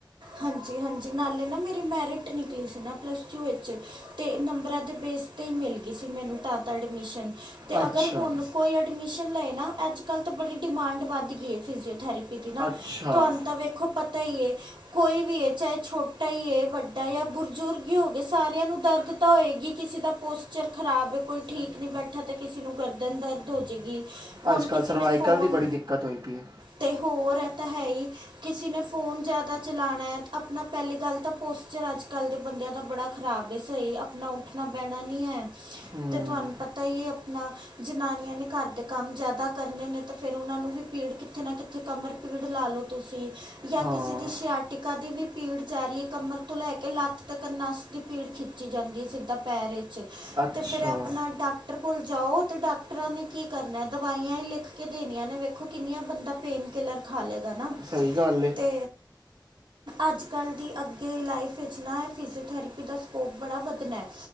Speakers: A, on the right; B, on the right.
A: ਹਾਂਜੀ ਹਾਂਜੀ ਨਾਲੇ ਨਾ ਮੇਰੀ ਮੈਰਿਟ ਨਿਕਲੀ ਸੀ ਨਾ ਪਲੱਸ ਟੂ ਵਿੱਚ। ਅਤੇ ਨੰਬਰਾਂ ਦੇ ਬੇਸ 'ਤੇ ਹੀ ਮਿਲ ਗਈ ਸੀ ਮੈਨੂੰ ਤਾਂ ਤਾਂ ਐਡਮਿਸ਼ਨ ਤੇ
B: ਅੱਛਾ
A: ਅਗਰ ਹੁਣ ਕੋਈ ਐਡਮਿਸ਼ਨ ਨਹੀ ਨਾ ਆਜ ਕੱਲ ਤਾਂ ਬੜੀ ਡਿਮਾਂਡ ਵੱਧ ਗਈ ਐ, ਪਿਜ਼ਿਓ ਥੇਰੇਪੀ ਦੀ। ਨਾ
B: ਅੱਛਾ
A: ਤੁਹਾਨੂੰ ਤਾਂ ਵੇਖੋ ਪਤਾ ਹੀਈ। ਕੋਈ ਵੀ ਚਾਹੇ ਛੋਟਾ ਹੀ ਹੈ ਵੱਡਾ ਜਾਂ ਬੁਰਜ਼ੁਰਗ ਹੀ ਹੋਵੇ। ਸਾਰਿਆਂ ਨੂੰ ਦਰਦ ਤਾਂ ਹੋਏਗੀ ਕਿਸੇ ਦਾ ਪੋਸਚਰ ਖ਼ਰਾਬ ਹੈ ਕੋਈ ਠੀਕ ਨਹੀਂ ਬੈਠਾ ਤੇ ਕਿਸੇ ਨੂੰ ਗਰਦਨ ਦਰਦ ਹੋ ਜਾਵੇਗੀ ਹੁਣ
B: ਅੱਜ ਕੱਲ
A: ਕਿਸੇ
B: ਸਰਵਾਈਕਲ
A: ਨੇ ਫੋਨ
B: ਦੀ ਬੜੀ ਦਿੱਕਤ ਹੋਈ ਪਈ ਹੈ
A: ਤੇ ਹੋਰ ਹੈ ਤਾਂ ਹੈ ਹੀ ਕਿਸੇ ਨੇ ਫੋਨ ਜ਼ਿਆਦਾ। ਚਲਾਉਣਾ ਹੈ ਆਪਣਾ ਪਹਿਲੀ ਗੱਲ ਤਾਂ ਪੋਸਚਰ ਅੱਜ ਕੱਲ੍ਹ ਦੇ ਬੰਦਿਆਂ ਦਾ ਬੜਾ ਖ਼ਰਾਬ ਹੈ ਸਹੀ ਆਪਣਾ ਉੱਠਣਾ ਪੈਣਾ ਨਹੀਂ ਹੈ।
B: ਹੂੰ
A: ਤੇ ਤੁਹਾਨੂੰ ਪਤਾ ਹੀ ਆਪਣਾ ਜਨਾਨੀਆਂ ਨੇ ਘਰ ਦੇ ਕੰਮ ਜ਼ਿਆਦਾ ਕਰਨੇ ਨੇ ਤੇ ਫਿਰ ਉਹਨਾਂ ਨੂੰ ਵੀ ਪੀੜ ਕਿੱਥੇ ਨਾ ਕਿੱਥੇ ਕਮਰ ਪੀੜ ਲਾ ਲਓ ਤੁਸੀਂ। ਜਾਂ
B: ਹਾਂ
A: ਕਿਸੇ ਦੀ ਆਟਿਕਾ ਦੀ ਵੀ ਭੀੜ ਜਾ ਰਹੀ ਹੈ ਕਮਰ ਤੋਂ ਲੈ ਕੇ ਲਤ ਤੱਕ ਨੱਸ ਦੀ ਭੀੜ ਖਿੱਚੀ ਜਾਂਦੀ ਹੈ ਸਿੱਧਾ ਪੈਰ
B: ਅੱਛਾ
A: ਤੇ ਫਿਰ ਆਪਣਾ ਡਾਕਟਰ ਕੋਲ ਜਾਓ ਤੇ ਡਾਕਟਰਾਂ ਨੇ ਕੀ ਕਰਨਾ ਦਵਾਈਆਂ ਲਿਖ। ਕੇ ਦੇਣੀਆਂ ਨੇ ਵੇਖੋ ਕਿੰਨੀਆਂ ਬੰਦਾ ਪੇਨ ਕਿਲਰ ਖਾਲ ਲਿਆ। ਨਾ
B: ਸਹੀ ਗੱਲ ਹੈ
A: ਤੇ। ਅੱਜ ਕੱਲ ਦੀ ਅੱਗੇ ਦੀ ਲਾਈਫ ਖਚਣਾ ਹੈ ਫਿਜ਼ੀਓਥੈਰੇਪੀ ਦਾ ਸਕੋਪ ਬੜਾ ਵਧਣਾ ਹੈ।